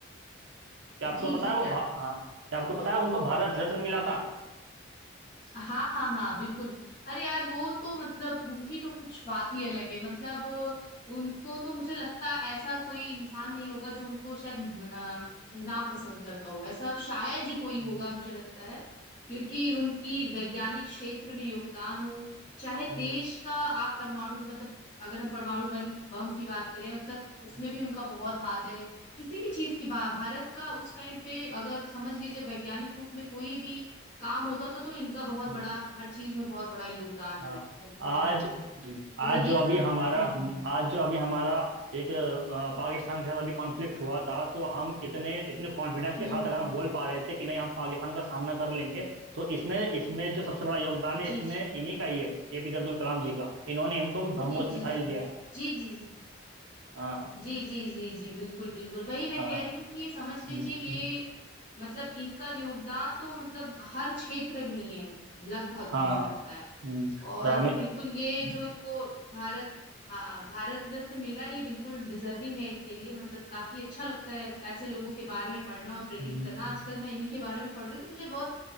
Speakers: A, on the right; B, on the left.
A: क्या आपको
B: जी
A: पता
B: जी
A: है वो
B: क्या
A: भा हाँ क्या आपको पता है उनको भारत रत्न मिला था
B: हाँ हाँ हाँ बिल्कुल अरे यार वो तो मतलब उनकी तो कुछ बात ही अलग है मतलब उनको तो मुझे लगता है ऐसा कोई इंसान नहीं होगा जो उनको शायद न- अ, ना पसंद करता हो ऐसा शायद ही कोई
A: हम्म
B: होगा मुझे लगता है क्योंकि उनकी वैज्ञानिक क्षेत्र में योगदान हो चाहे
A: हम्म,
B: देश का आप परमाणु मतलब अगर हम परमाणु बम बम की बात करें मतलब उसमें
A: हम्म,
B: भी उनका बहुत हाथ है किसी भी चीज की भा- भारत का उस टाइम पे अगर समझ लीजिए वैज्ञानिक रूप में कोई भी काम होता था तो इनका बहुत
A: हम्म,
B: बड़ा हर चीज में बहुत बड़ा योगदान
A: हाँ
B: रहता है
A: आज
B: यार
A: जी,
B: तो
A: आज जो
B: ये
A: अभी
B: सब
A: हमारा
B: हम्म
A: आज जो अभी हमारा एक अ, पाकिस्तान के साथ अभी कॉन्फ्लिक्ट हुआ था तो हम इतने इतने कॉन्फिडेंस के
B: हम्म
A: साथ
B: हम्म,
A: अगर
B: हम्म।
A: हम बोल पा रहे थे कि नहीं हम पाकिस्तान का सामना कर लेंगे तो इसमें इसमें जो सबसे बड़ा योगदान है
B: जी
A: इसमें
B: जी
A: इन्हीं का ही है एपीजे अब्दुल कलाम जी का इन्होंने हमको ब्रह्मोस
B: जी
A: मिसाइल
B: जी जी
A: दिया
B: जी जी जी
A: हाँ
B: जी जी जी जी बिल्कुल बिल्कुल वही मैं
A: हाँ
B: कह रही हूँ कि ये समझ
A: हम्म,
B: लीजिए ये
A: हम्म,
B: मतलब इनका योगदान तो मतलब हर क्षेत्र में ही है लगभग
A: हाँ
B: मुझे लगता है
A: हम्म,
B: और
A: रामे
B: बिल्कुल ये
A: हम्म,
B: जो इनको भारत हाँ भारत रत्न मिला ये बिल्कुल डिजर्विंग है इनके लिए मतलब काफी अच्छा लगता है ऐसे लोगों के बारे में पढ़ना और प्रेरित
A: हम्म,
B: करना
A: हम्म,
B: आजकल मैं इन्हीं के बारे में पढ़ रही हूँ तो मुझे बहुत